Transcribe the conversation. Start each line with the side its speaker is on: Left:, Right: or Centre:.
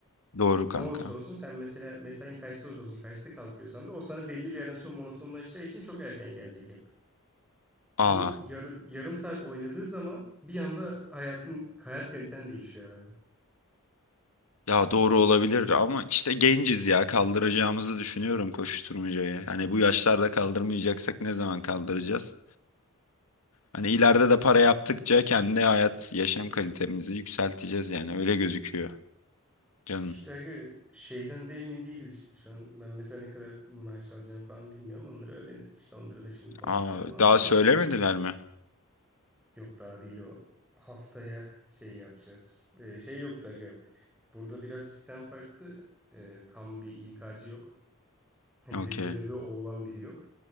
Left: Doğru kanka.
Centre: Ne olursa olsun sen mesela mesain kaçta olursa olsun kaçta kalkıyorsan da o sana belli bir yerden sonra monotonlaşacağı için çok erken gelecek hep.
Left: Aa
Centre: Bu yarı- yarım saat oynadığı zaman bir anda hayatın hayat kaliten değişiyor abi.
Left: ya doğru olabilir ama işte genciz ya kaldıracağımızı düşünüyorum koşuşturmacayı. Hani bu yaşlarda kaldırmayacaksak ne zaman kaldıracağız? Hani ileride
Centre: Abi
Left: de para
Centre: doğru.
Left: yaptıkça kendi hayat yaşam kalitemizi yükselteceğiz yani öyle gözüküyor canım.
Centre: İşte aga şeyden de emin değiliz işte şu an. Ben mesela ne kadar maaş alacağım falan bilmiyorum. Onları öğreniriz işte. Onları da şimdi konuşmayalım
Left: Aa
Centre: abi
Left: daha
Centre: onları.
Left: söylemediler mi?
Centre: Yok daha değil o. Haftaya şey yapacağız. Ee, şey yoktu aga. Burada biraz sistem farklı. Ee, tam bir İK'cı yok. Hani
Left: Okey.
Centre: direkt görevi o olan biri yok.